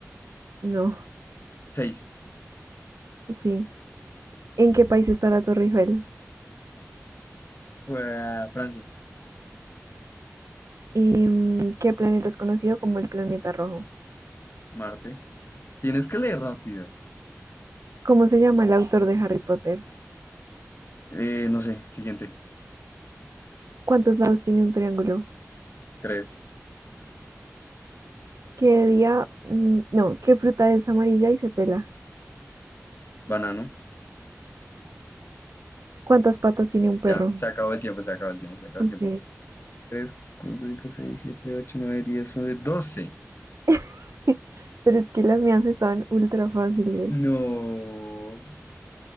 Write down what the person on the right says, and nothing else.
No,
<laughs> sí. ¿En qué país está la Torre Eiffel?
Em, ¿qué planeta es conocido como el planeta rojo?
¿Cómo se llama el autor de Harry Potter?
¿Cuántos lados tiene un triángulo?
¿Qué día? mm, No, ¿qué fruta es amarilla y se pela?
¿Cuántas patas tiene un perro?
Ok.
<laughs> Pero es que las mías estaban ultra fáciles.